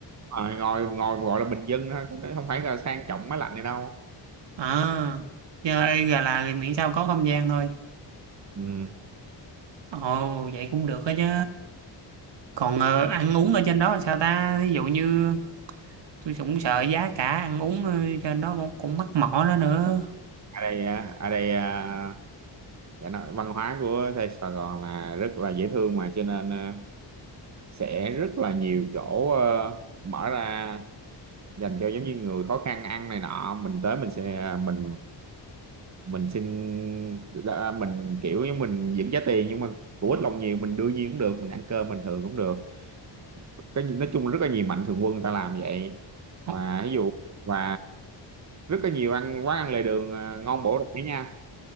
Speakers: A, on the right (about 40°); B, on the right (about 70°).
A: à, ngồi ngồi gọi là bình dân thôi cũng không phải là sang trọng máy lạnh này đâu
B: À, chơi gà là thì miễn sao có không gian thôi.
A: ừ.
B: Ồ, vậy cũng được đó chứ. Còn ờ, ăn uống ở trên đó là sao ta? Ví dụ như tôi cũng sợ giá cả ăn uống ờ, trên đó cũng, cũng mắc mỏ đó nữa.
A: ở đây à, ở đây à, để nói, văn hóa của Sài Sài Gòn là rất là dễ thương mà cho nên à, sẽ rất là nhiều chỗ ờ, mở ra dành cho giống như người khó khăn ăn này nọ mình tới mình sẽ à, mình mình xin là à, mình kiểu như mình vẫn trả tiền nhưng mà của ít lòng nhiều mình đưa nhiêu cũng được mình ăn cơm bình thường cũng được cái nói chung là rất là nhiều mạnh thường quân người ta làm vậy
B: Ồ,
A: và ví dụ và rất là nhiều ăn quán ăn lề đường ờ, ngon bổ rẻ nha